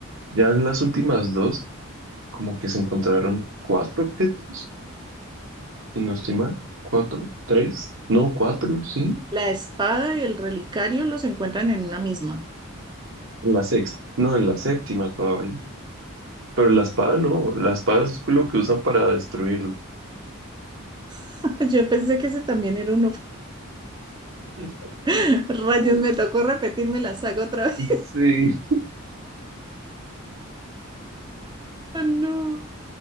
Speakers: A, on the right; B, on the right.
A: Ya en las últimas dos. como que se encontraron cuatro objetos, y no estoy mal, cuatro, tres, no, cuatro, sí,
B: La espada y el relicario los encuentran en una misma.
A: en la sexta, no, en la séptima todavía, pero la espada no, la espada es lo que usan para destruirlo.
B: <laughs> Yo pensé que ese también era uno.
A: <laughs>
B: <laughs> Rayos, me tocó repetirme la saga otra vez. <laughs>
A: Sí.
B: Ah, no,